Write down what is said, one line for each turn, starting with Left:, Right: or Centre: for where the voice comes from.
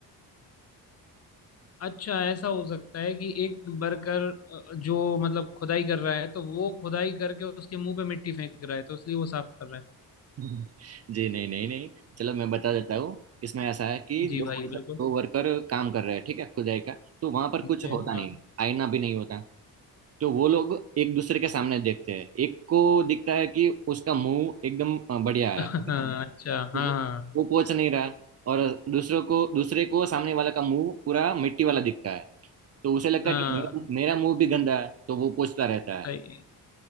Left: अच्छा ऐसा हो सकता है कि एक वर्कर अ, जो मतलब खुदाई कर रहा है तो वो खुदाई करके उसके मुंह पे मिट्टी फेंक रहा है तो इसलिए वो साफ कर रहा
Right: जी नहीं नहीं नहीं चलो मैं बता देता हूँ इसमें ऐसा है कि
Left: है जी
Right: दो
Left: ऐसा भाई है बिल्कुल
Right: दो वर्कर काम कर रहे हैं ठीक है खुदाई का तो वहां पर
Left: ठीक
Right: कुछ
Left: है
Right: होता
Left: हाँ
Right: नहीं आईना भी नहीं होता तो वो लोग एक दूसरे के सामने देखते हैं एक को दिखता है कि उसका मुंह एकदम अ, बढ़िया
Left: <laughs>
Right: है
Left: हाँ अच्छा
Right: तो
Left: हाँ
Right: वो
Left: हाँ
Right: वो पोच नहीं रहा और दूसरों को दूसरे को सामने वाला का मुंह पूरा मिट्टी वाला दिखता है तो उसे लगता
Left: हाँ
Right: है कि मेरा मेरा मुंह भी गंदा है तो वो पोंछता रहता है
Left: सही